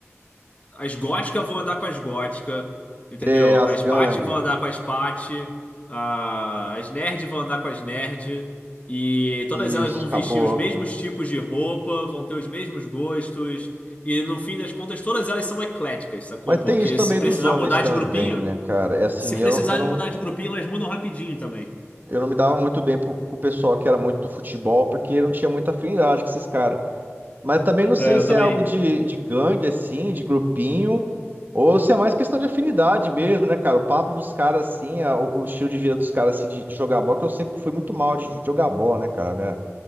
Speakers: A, on the left; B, on the right.
A: As góticas vão andar com as góticas, entendeu?
B: É, as
A: As
B: gangues.
A: paty vão andar com as paty, a- as nerd vão andar com as nerd. E
B: Isso,
A: todas elas vão
B: acabou.
A: vestir os mesmos tipos de roupa, vão ter os mesmos gostos. E no fim das contas, todas elas são ecléticas, sacou?
B: Mas
A: Porque
B: tem isso também
A: se precisar
B: dos homens
A: mudar
B: também,
A: de grupinho,
B: né, cara? É assim,
A: se precisarem
B: eu, eu não.
A: mudar de grupinho, elas mudam rapidinho também.
B: Eu não me dava muito bem pro- com o pessoal que era muito do futebol, porque eu não tinha muita afinidade com esses caras. Mas também não sei
A: É, eu
B: se
A: também.
B: é algo de, de gangue, assim, de grupinho, ou se é mais questão de afinidade mesmo, né, cara? O papo dos caras, assim, a- o o estilo de vida dos caras, assim, de, de jogar bola, que eu sempre fui muito mal de, de jogar bola, né, cara? Minha-